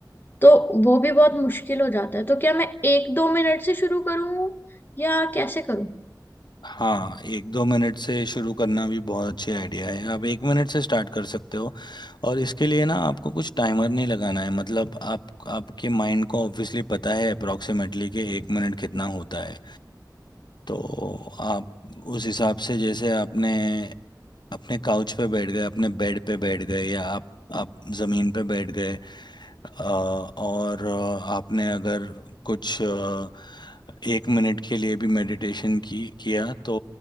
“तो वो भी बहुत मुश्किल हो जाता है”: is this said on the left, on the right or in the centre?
Left